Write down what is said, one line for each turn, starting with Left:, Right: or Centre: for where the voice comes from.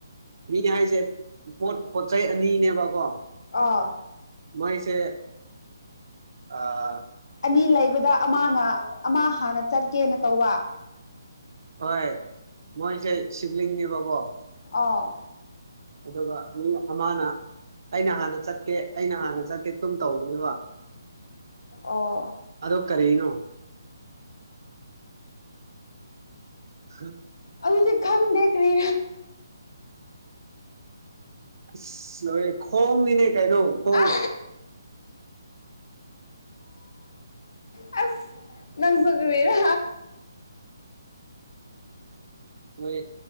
Right: ꯃꯤ ꯍꯥꯏꯁꯦ ꯄꯣꯠ ꯄꯣꯠ ꯆꯩ ꯑꯅꯤꯅꯦꯕꯀꯣ
Left: ꯑꯥ
Right: ꯃꯣꯏꯁꯦ ꯑꯥ
Left: ꯑꯅꯤ ꯂꯩꯕꯗ ꯑꯃꯅ ꯑꯃ ꯍꯥꯟꯅ ꯆꯠꯀꯦꯅ ꯇꯧꯕ
Right: ꯍꯣꯏ ꯃꯣꯏꯁꯦ ꯁꯤꯕꯂꯤꯡꯅꯦꯕꯀꯣ
Left: ꯑꯥ
Right: ꯑꯗꯨꯒ ꯃꯤ ꯑꯃꯅ ꯑꯩꯅ ꯍꯥꯟꯅ ꯆꯠꯀꯦ ꯑꯩꯅ ꯍꯥꯟꯅ ꯆꯠꯀꯦ ꯇꯨꯝ ꯇꯧꯕꯅꯦꯕ
Left: ꯑꯣ
Right: ꯑꯗꯣ ꯀꯔꯤꯅꯣ ꯍꯝ
Left: ꯑꯗꯨꯗꯤ ꯈꯝ ꯗꯔꯤ
Right: ꯑꯁꯂ ꯈꯣꯡꯅꯤꯅꯦ ꯀꯥꯏꯅꯣ ꯈꯧ
Left: ꯑꯥ ꯑꯝ ꯑꯁ ꯅꯪꯁꯨꯒꯕꯤꯔ
Right: ꯃꯣꯏ